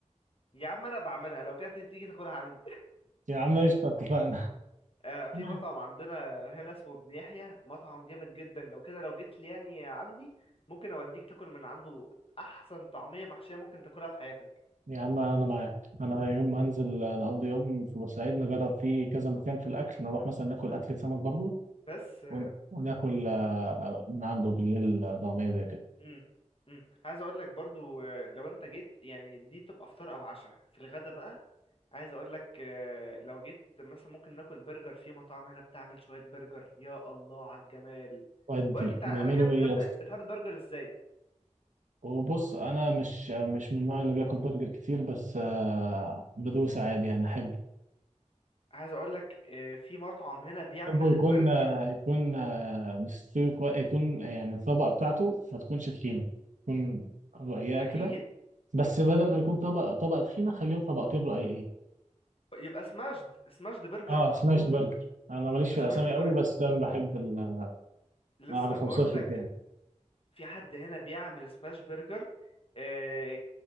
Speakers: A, on the left; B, on the right.
A: يا عم انا بعملها لو كانت تيجي تاكلها عندي
B: يا عم قشطة اتفقنا
A: آه في
B: <laughs>
A: مطعم عندنا هنا اسمه ابن يحيى مطعم جامد جدا لو كده لو جيت لي يعني عندي ممكن اوديك تاكل من عنده احسن طعميه محشيه ممكن تاكلها في حياتك
B: يا عم أنا معاك أنا يوم ما هنزل نقضي يوم في بورسعيد نجرب فيه كذا مكان في الأكل نروح مثلا ناكل أكلة سمك برضه
A: بس
B: ون- وناكل آه، من عنده بالليل آه، طعمية زي كده
A: امم امم عايز اقول لك برضو آه، لو انت جيت يعني دي تبقى فطار او عشاء في الغدا بقى عايز اقول لك آه، لو جيت مثلا ممكن ناكل برجر في مطاعم هنا بتعمل شوية برجر يا الله على الجمال
B: وأدي
A: بقولك انت
B: بيعملوا
A: على كده بتحب
B: إيه يس.
A: بتحب البرجر ازاي
B: وبص أنا مش مش من النوع اللي
A: امم
B: بياكل برجر كتير بس آه، بدوس عادي يعني أحب
A: عايز اقول لك آه، في مطعم هنا بيعمل
B: أحبه يكون
A: البرجر
B: آه، يكون آه، مستوي كويس يكون آه، يعني الطبقة بتاعته ما تكونش تخينة تكون رقيقة
A: اكيد
B: كده بس بدل ما يكون طبق طبقة تخينة خليهم طبقتين رقيقين
A: يبقى سماشد سماشد برجر
B: اه
A: على
B: سماش
A: طول
B: برجر أنا ماليش في
A: سماشد
B: الأسامي
A: برجر
B: قوي بس أنا بحب ال-
A: لسه
B: أعرف
A: بقول
B: أوصف
A: لك
B: لك يعني
A: في حد هنا بيعمل سماش برجر آه،